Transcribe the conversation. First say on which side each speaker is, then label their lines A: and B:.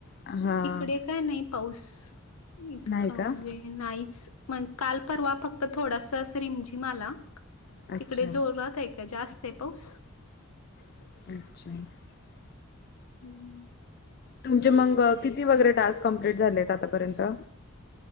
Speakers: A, on the left; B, on the left.
A: हा
B: इकडे काय नाही पाऊस इतका
A: नाही का
B: म्हणजे नाहीच, मग काल परवा फक्त थोडास अस रिमझिमला आला,
A: अच्छा
B: तिकडे जोर रात आहे, का जास्त आहे पाऊस,
A: <unintelligible>
B: हम्म,
A: तुमचे मग किती वगैरे टास्क कंप्लीट झाले आतापर्यंत,